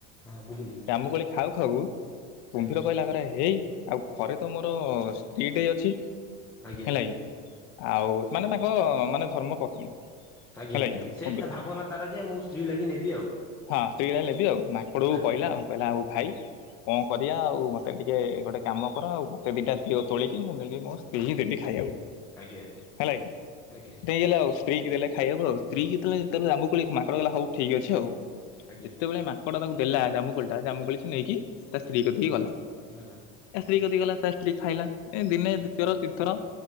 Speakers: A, in the centre; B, on the left.
A: ହଁ ବୁଝିଲି।
B: ଜାମୁକୁଳି ଖାଉ ଖାଉ କୁମ୍ଭୀର
A: ଆଜ୍ଞା
B: କହିଲା କି ଟା ହେଇ ଆଉ ଘରେ ତ ମୋର ସ୍ତ୍ରୀଟେ ଅଛି।
A: ଆଜ୍ଞା
B: ହେଲା କି, ଆଉ ମାନେ ତାଙ୍କ ମାନେ ଧର୍ମ ପତ୍ନୀ।
A: ଆଜ୍ଞା,
B: ହେଲା
A: ଆଜ୍ଞା
B: କି
A: ସେ
B: କୁମ୍ଭୀର
A: ଭାବନା ତାର ଯେ ମୁଁ ସ୍ତ୍ରୀ ଲାଗି ନେବି ଆଉ।
B: ହଁ ସ୍ତ୍ରୀ ପାଇଁ ନେବି ଆଉ, ମାଙ୍କଡ
A: ଆଜ୍ଞା
B: କୁ କହିଲା ଆଉ କହିଲା ଆଉ ଭାଇ କଣ କରିବା ଆଉ ମୋତେ ଟିକେ ଗୋଟେ କାମ କର ଆଉ ମୋତେ ଦିଟା ଦିଅ ତୋଳିକି। ମୁଁ ନେଇକି ମୋ ସ୍ତ୍ରୀ ଦେବି ଖାଇବାକୁ,
A: ଆଜ୍ଞା
B: ହେଲାକି,
A: ଆଜ୍ଞା ଆଜ୍ଞା
B: ନେଇଗଲେ ଆଉ ସ୍ତ୍ରୀ କି ଦେଲେ ଖାଇବାକୁ ଆଉ। ସ୍ତ୍ରୀ ଯେତେବେଳେ ଯେତେବେଳେ ଜାମକୁଳି, ମାଙ୍କଡ଼ କହିଲା ହଉ ଠିକ୍ ଅଛି ଆଉ।
A: ଆଜ୍ଞା
B: ଯେତେବେଳେ ମା ମାଙ୍କଡ ତାକୁ ଦେଲା ଜାମୁକୁଳିଟା, ଜାମୁକୁଳୃ ସେ ନେଇକି ତା ସ୍ତ୍ରୀକୁ କତିକି ଗଲା।
A: ଗଲା।
B: ତା ସ୍ତ୍ରୀ କତିକି ଗଲା ତା ସ୍ତ୍ରୀ ଖାଇଲା, ଏ ଦିନେ
A: ଆଜ୍ଞା
B: ଦ୍ଵୀତୀୟର ତିନିଥର